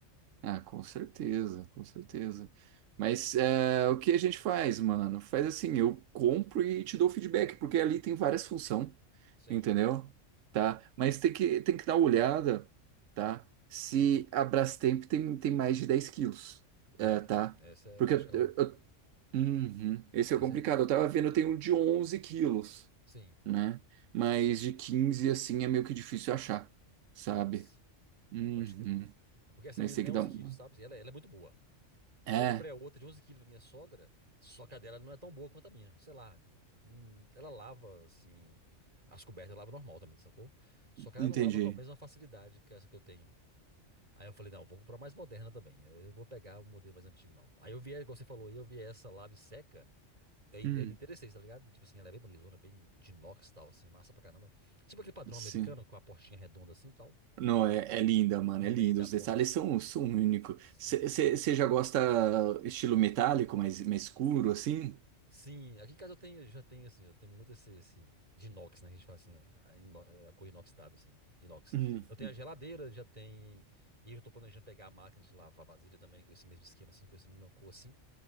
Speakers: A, on the right; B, on the right.
A: Ah, com certeza, com certeza. Mas é, o que a gente faz, mano? Faz assim, eu compro e te dou feedback, porque ali tem várias funções,
B: Sim.
A: entendeu? Tá? Mas tem que, tem que dar uma olhada, tá? Se a Brastemp tem, tem mais de 10 quilos,
B: É,
A: é, tá?
B: essa é,
A: Porque
B: acho
A: eu-
B: que é o.
A: eu- eu- Uhum, esse
B: Essa
A: é o complicado.
B: é,
A: Eu tava vendo, tem um de 11 quilos,
B: sim.
A: né? Mas de 15 assim, é meio que difícil achar, sabe?
B: Nossa,
A: Uhum.
B: pode crer. É porque essa
A: Mas
B: minha
A: tem
B: também
A: que
B: é
A: dar
B: 11
A: uma.
B: quilos, sabe? E ela, ela é muito boa.
A: É,
B: Aí eu comprei a outra de 11 quilos pra minha sogra, só que a dela não é tão boa quanto a minha, sei lá. hum, Ela lava, assim, as cobertas, ela lava normal também, sacou? Só que ela
A: entendi.
B: não lava com a mesma facilidade que essa que eu tenho. Aí eu falei, não, vou comprar mais moderna também. Eu não vou pegar um modelo mais antigo, não. Aí eu vi, igual você falou, aí eu vi essa lave seca, e ainda
A: Hum,
B: me interessei, tá ligado? Tipo assim, ela é bem bonitona, bem de inox e tal, assim, massa pra caramba. Tipo aquele padrão
A: sim.
B: americano, com a portinha redonda assim e tal,
A: Não, é, é linda, mano.
B: no meio
A: É linda.
B: da
A: Os
B: porta
A: detalhes
B: assim.
A: são, são únicos.
B: Sim.
A: Você já gosta estilo metálico, mais, mais escuro, assim?
B: Sim, aqui em casa eu tenho, eu já tenho assim, eu tenho muito esse, esse de inox, né? Que a gente fala assim, é, a, ino, a cor inoxidável, assim, de inox.
A: Uhum.
B: Eu tenho a geladeira, já tem. E eu já tô planejando pegar a máquina de lavar vasilha também, com esse mesmo esquema, assim, com essa mesma cor, assim.